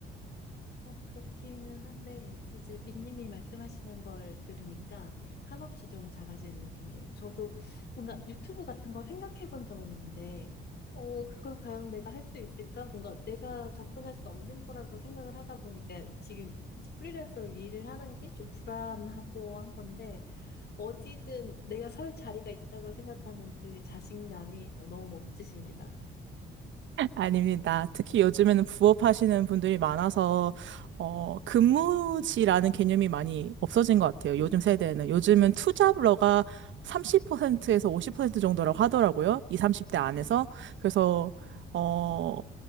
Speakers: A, on the left; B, on the right.
A: 어, 그렇기는 한데, 이제 빈님이 말씀하시는 걸 들으니까 한없이 좀 작아지는 느낌이에요. 저도 뭔가 유튜브 같은 거 생각해 본 적은 있는데, 어, 그걸 과연 내가 할 수 있을까? 뭔가 내가 접근할 수 없는 거라고 생각을 하다 보니까 지금 이제 프리랜서로 일을 하는 게 좀 불안하고 한 건데, 어디든 내가 설 자리가 있다고 생각하는 그 자신감이 어, 너무 멋지십니다.
B: 아닙니다. 특히 요즘에는 부업하시는 분들이 많아서, 어, 근무지라는 개념이 많이 없어진 것 같아요.
A: 음,
B: 요즘 세대에는. 요즘은 투잡러가 30%에서 50% 정도라고 하더라고요. 이 30대 안에서. 그래서, 어,